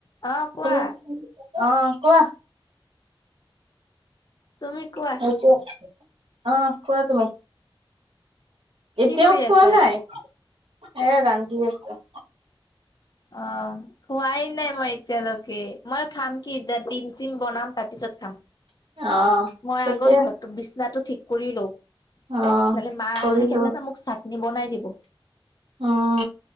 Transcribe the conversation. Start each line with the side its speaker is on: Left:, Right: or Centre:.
Left: অ কোৱা
Right: হেল্ল শুনি আছে নে অ কোৱা
Left: তুমি কোৱা
Right: সেইটো অ কোৱা তুমি এতিয়াও
Left: কি কৰি
Right: খোৱা
Left: আছা?
Right: নাই এ ৰান্ধি আছোঁ।
Left: অ খোৱাই নাই মই এতিয়ালৈকে মই খাম কি এতিয়া ডিম চিম বনাম তা পিছত তাঁত খাম।
Right: অ
Left: মই
Right: ঠিকে
Left: আগত ঘৰটো বিচনাটো ঠিক কৰিলো
Right: অ
Left: নহলে মা
Right: কৰিলো
Left: আহি কেনে ন মোক বনাই দিব
Right: উম